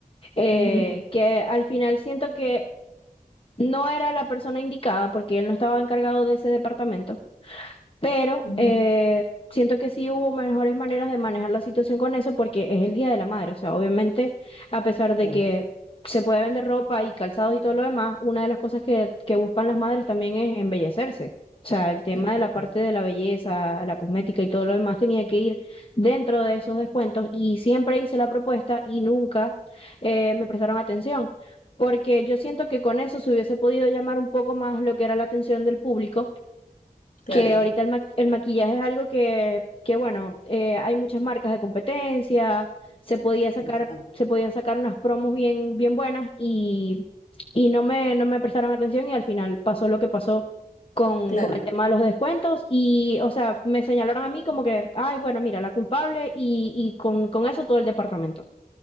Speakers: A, on the left (about 35°); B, on the left (about 60°).
A: eh,
B: Ujú,
A: que al final siento que no era la persona indicada porque él no estaba encargado de ese departamento. Pero
B: ujú,
A: eh, siento que sí hubo mejores maneras de manejar la situación con eso porque es el Día de la Madre. O sea, obviamente, a pesar de
B: Claro.
A: que se puede vender ropa y calzados y todo lo demás, una de las cosas que, que buscan las madres también es embellecerse. O sea, el tema
B: Exacto.
A: de la parte de la belleza, la cosmética y todo lo demás tenía que ir dentro de esos descuentos y siempre hice la propuesta y nunca eh, me prestaron atención, porque yo siento que con eso se hubiese podido llamar un poco más lo que era la atención del público que
B: Claro.
A: ahorita el, ma- el maquillaje es algo que, que bueno, eh, hay muchas marcas de competencia, se podía sacar,
B: Exacto,
A: se podían sacar unas promos bien, bien buenas y, y no me, no me prestaron atención y al final pasó lo que pasó con,
B: Claro.
A: con el tema de los descuentos y, o sea, me señalaron a mí como que, ay, bueno, mira, la culpable y, y con, con eso todo el departamento.